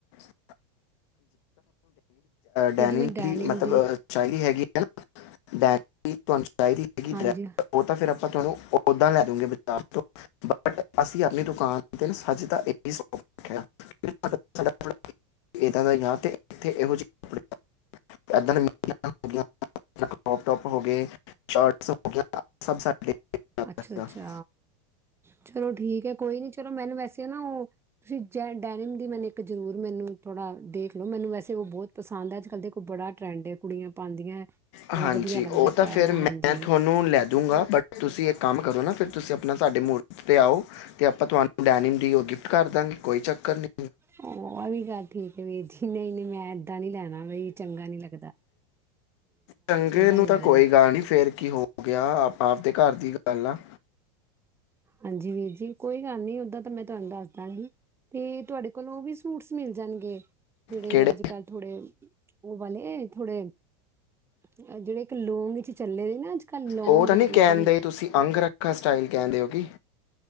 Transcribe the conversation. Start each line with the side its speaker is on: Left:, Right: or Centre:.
Left: <inaudible>
Right: ਨਹੀਂ
Left: ਡੈਨੀ
Right: ਜਿਵੇਂ ਡੈਨੀਮ
Left: ਦੀ ਮਤਲਬ <inaudible> ਹੈਗੀ ਹੈ ਨਾ। ਡੈ <inaudible> ਚਾਹੀ ਹੈਗੀ
Right: ਹਾਂਜੀ
Left: <inaudible> ਉਹ ਤਾਂ ਫਿਰ ਆਪ ਆਪਾਂ ਤੁਹਾਨੂੰ ਓਦਾਂ ਲੈ ਦੂੰਗੇ <inaudible> ਬਟ ਅਸੀਂ ਆਪਣੀ ਦੁਕਾਨ <inaudible>
Right: ਅੱਛਾ-ਅੱਛਾ
Left: ਜੀ
Right: ਚਲੋ ਠੀਕ ਹੈ ਕੋਈ ਨੀ ਚਲੋ ਮੈਨੂੰ ਵੈਸੇ ਨਾ ਉਹ ਤੁਸੀਂ ਜ ਡੈਨਮ ਦੀ ਮੈਨ ਇੱਕ ਜ਼ਰੂਰ ਮੈਨੂੰ ਥੋੜਾ ਦੇਖ ਲੋ ਮੈਨੂੰ ਵੈਸ ਉਹ ਬਹੁਤ ਪਸੰਦ ਹੈ ਅੱਜ ਕੱਲ੍ਹ ਦੇਖੋ ਬੜਾ ਟਰੈਂਡ ਹੈ ਕੁੜੀਆਂ ਪਾਦੀਆਂ
Left: ਹਾਂਜੀ
Right: ਬੜਾ ਵਧੀਆ ਲੱਗਦਾ
Left: ਉਹ ਤਾਂ
Right: ਪਾਇਆ
Left: ਫਿਰ
Right: ਦਾ
Left: ਮੈਂ
Right: ਹਾਂਜੀ।
Left: ਤੁਹਾਨੂੰ ਲੈ ਦੂੰਗਾ ਬਟ ਤੁਸੀਂ ਇੱਕ ਕੰਮ ਕਰੋ ਨਾ ਫਿਰ ਤੁਸੀਂ ਆਪਣਾ ਸਾਡੇ ਮੂਰਤ ਤੇ ਆਓ ਅਤੇ ਆਪਾਂ ਤੁਹਾਨੂੰ ਡੈਨਮ ਦੀ ਉਹ ਗਿਫਟ ਕਰ ਦਾਂਗੇ ਕੋਈ ਚੱਕਰ ਨਹੀਂ।
Right: ਹ ਇਹ ਵੀ ਗੱਲ ਠੀਕ ਹੈ ਵੀਰ ਜੀ ਨਹੀਂ ਨਹੀਂ ਮੈਂ ਏਦਾਂ ਨੀ ਲੈ ਬਈ ਚੰਗਾ ਨੀ ਲੱਗ
Left: ਚੰਗੇ ਨੂੰ
Right: ਨੀ
Left: ਤਾਂ
Right: ਲੱਗਦਾ
Left: ਕੋਈ ਗੱਲ ਨੀ ਫੇਰ ਕੀ ਹੋ ਗਿਆ ਆਪ ਆਪਦੇ ਘਰ ਦੀ ਗ ਗੱਲ ਆ।
Right: ਹਾਂਜੀ ਵੀਰ ਜੀ ਕੋਈ ਗੱਲ ਨੀ ਓਦਾਂ ਤਾਂ ਮੈਂ ਤੁਹਾਨੂੰ ਦੱਸ ਦਾਂਗੀ। ਤੇ ਤੁਹਾਡੇ ਕੋਲੋਂ ਉਹ ਵੀ ਫੂਟਸ ਮਿਲ ਜਾਣਗੇ। ਜਿਹੜੇ
Left: ਕਿਹੜੇ
Right: ਅੱਜ ਕੱਲ੍ਹ ਥੋੜੇ ਉਹ ਵਾਲੇ ਥੋੜੇ ਜਿਹੜੇ ਇੱਕ ਲੋਂਗ ਵਿੱਚ ਚੱਲੇ ਦੇ ਨਾ ਕੱਲ੍ਹ ਲੌਂਗ
Left: ਉਹ ਤਾਂ ਨੀ
Right: ਮਤਲਬ
Left: ਕਹਿੰਦੇ
Right: ਵਨ
Left: ਤੁਸੀਂ ਅੰਗ ਰੱਖਾ ਸਟਾਈਲ ਕਹਿਣਦੇ ਹੋ ਕਿ